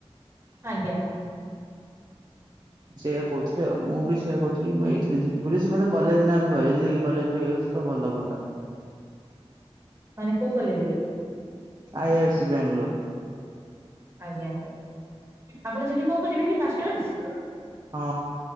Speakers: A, on the right (about 25°); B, on the right (about 40°).
A: ଆଜ୍ଞା
B: ସେଇଆ କହୁଥିଲେ ଆଉ ମୁଁ ବି ସେଇଆ କହୁଥିଲି ମୁଁ ଏଥିରେ ଯିବି ବୋଲି ମୋତେ କଲେଜ ନା ବି କହିଲେ ଯଦିଇ କଲେଜ ରେଇଯାଉଛି ତ ଭଲ ହୁଅନ୍ତା।
A: ମାନେ କୋଉ କଲେଜ ରେ?
B: I I C Bangalore.
A: ଆଞ୍ଗା ଆପଣ ସେଠି କଣ କରିବେ କି ମାଷ୍ଟର୍ସ?
B: ହଁ